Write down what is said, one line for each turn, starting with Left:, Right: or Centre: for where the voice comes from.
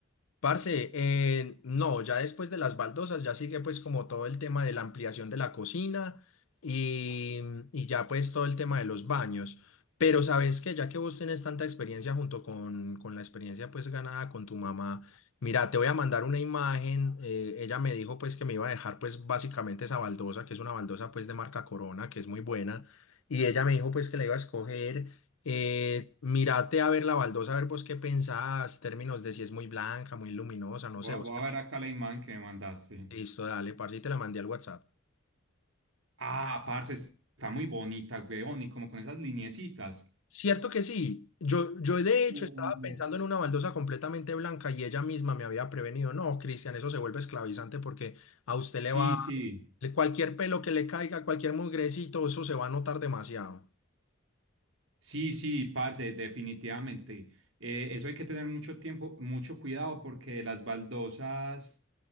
Left: Parce, eh, no, ya después de las baldosas ya sigue pues como todo el tema de la ampliación de la cocina y, y ya pues todo el tema de los baños. Pero sabes que ya que vos tenés tanta experiencia junto con, con la experiencia pues ganada con tu mamá, mira, te voy a mandar una imagen. eh, ella me dijo pues que me iba a dejar pues básicamente esa baldosa, que es una baldosa pues de marca Corona, que es muy buena. Y ella me dijo pues que la iba a escoger. Eh, mírate a ver la baldosa, a ver vos qué pensás, términos de si es muy blanca, muy luminosa, no
Right: Voy
Left: sé,
Right: a,
Left: vos
Right: voy
Left: qué-
Right: a ver acá la imagen que me mandaste.
Left: Listo, dale, parce, y te la mandé al WhatsApp.
Right: Ah, parce, está muy bonita, weón, y como con esas lineecitas.
Left: Cierto que sí, yo, yo de hecho
Right: Uh.
Left: estaba pensando en una baldosa completamente blanca y ella misma me había prevenido, no, Cristian, eso se vuelve esclavizante porque a usted
Right: Sí,
Left: le va,
Right: sí.
Left: cualquier pelo que le caiga, cualquier mugrecito, eso se va a notar demasiado.
Right: Sí, sí, parce, definitivamente. Eh, eso hay que tener mucho tiempo, mucho cuidado porque las baldosas